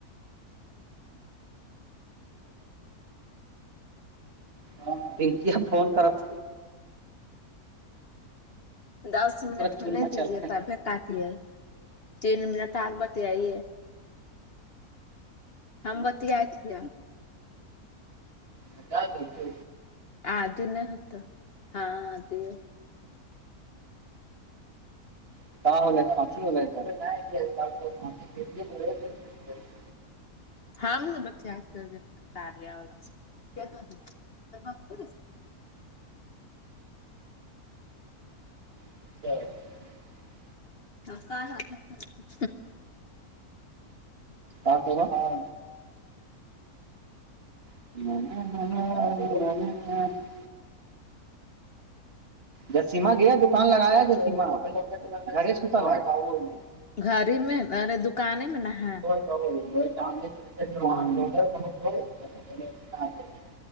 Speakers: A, on the right (about 45°); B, on the left (about 50°).
A: ہاں اے ٹی ایم فون کرتھ
B: دس منٹ
A: چول
B: ہونے
A: میں چل
B: دیجے
A: کا
B: تب کاٹیے تین منٹ اور بتیائیے ہم بتیائے تھے
A: مٹا دیتے
B: آتی نہیں تھا ہاں آتی ہے
A: <unintelligible>
B: ہاں ہم بتیائے تھے کاریہ والوں سے <unintelligible>
A: <unintelligible>
B: <unintelligible>
A: ہاں <unintelligible> ہاں <unintelligible> جسیما گیا دکان لگایا جسیما گریش بھی <unintelligible>
B: گھر ہی میں ارے دکان میں نا ہے
A: تو <unintelligible>